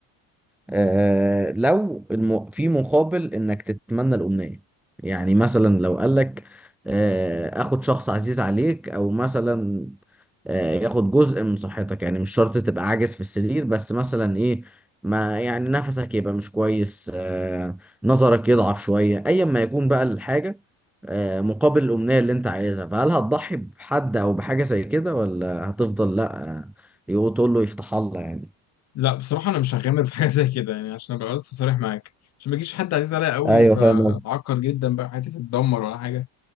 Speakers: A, in the centre; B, on the left.
A: آه لو الم... في مقابل انك تتمنى الامنيه يعني مثلا لو قال لك آه اخد شخص عزيز عليك او مثلا آه ياخد جزء من صحتك يعني مش شرط تبقى عاجز في السرير بس مثلا ايه ما يعني نفسك يبقى مش كويس آه نظرك يضعف شويه ايا ما يكون بقى الحاجه آه مقابل الامنيه اللي انت عايزها فهل هتضحي بحد او بحاجه زي كده ولا هتفضل لا آه، يقول- تقول له يفتح الله يعني
B: لا بصراحة أنا مش هغامر في حاجة <laughs> زي كده يعني عشان أبقى بس صريح معاك عشان ما يجيش حد عزيز عليا قوي
A: ايوه
B: فأتعكر
A: فاهم قصدي
B: جدا بقى حياتي تتدمر ولا حاجة